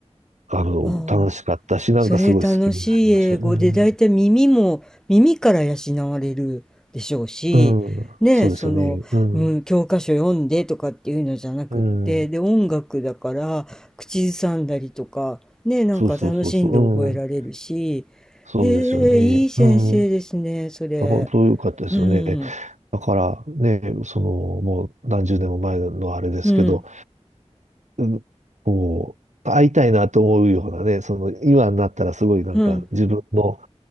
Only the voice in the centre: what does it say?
ああ、
それ楽しい英語で、
だいたい耳も、耳から養われるでしょうし、
ねえ、
その、
うん、教科書読んでとかっていうのじゃなくって、
で、音楽だから、口ずさんだりとか、ねえ、なんか楽しんで覚えられるし、
ええ、いい先生ですね、
それ。
うん、
うん、
うん、